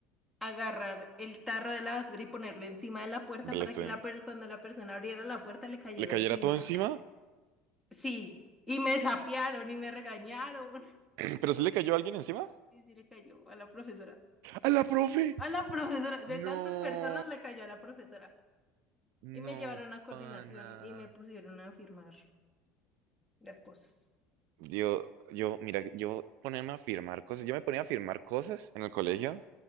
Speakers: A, in the centre; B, on the right.
A: agarrar el tarro de la basura y ponerlo encima de la puerta
B: Del
A: para
B: estudiante.
A: que la per- cuando la persona abriera la puerta le cayera
B: ¿Le cayera
A: encima.
B: todo encima?
A: Sí, y me sapearon y me regañaron. <laughs>
B: <clears throat> ¿Pero sí le cayó alguien encima?
A: Y sí le cayó a la profesora.
B: ¡A la profe!
A: A la profesora, de
B: No.
A: tantas personas le cayó a la profesora. Y me
B: No,
A: llevaron a coordinación
B: pana.
A: y me pusieron a firmar las cosas.
B: Yo, yo, mira, yo ponerme a firmar cosas, yo me ponía a firmar cosas en el colegio,